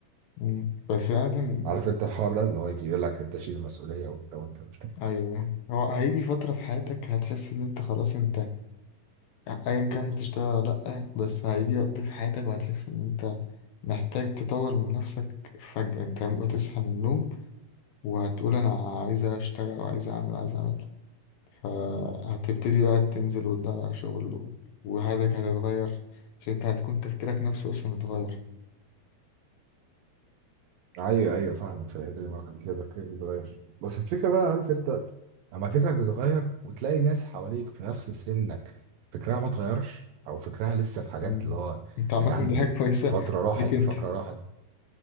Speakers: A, on the left; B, on the right.
A: مم. بس يعني
B: عارف انت الحوار ده اللي هو يجي يقول لك انت شيل المسؤوليه ولو انت قلت
A: ايوه هو هيجي فترة في حياتك هتحس ان انت خلاص انت ايا كان بتشتغل ولا لأ بس هيجي وقت في حياتك وهتحس ان انت محتاج تطور من نفسك فجأة انت هتصحى من النوم وهتقول انا عايز اشتغل وعايز اعمل عايز اعمل فهتبتدي بقى تنزل وتدور على شغل و- وحياتك هتتغير عشان انت هتكون تفكيرك نفسه اصلا اتغير
B: ايوه ايوه فاهمك في الحته دي ما كنت كده كده بتغير بس الفكره بقى عارف انت اما فكرك بيتغير وتلاقي ناس حواليك في نفس سنك فكرها ما اتغيرش او فكرها لسه في حاجات
A: مم.
B: اللي هو
A: انت عامة
B: يا جدعان
A: دي
B: دي
A: حاجة كويسة
B: فتره راحت
A: ليك انت
B: فكره راحت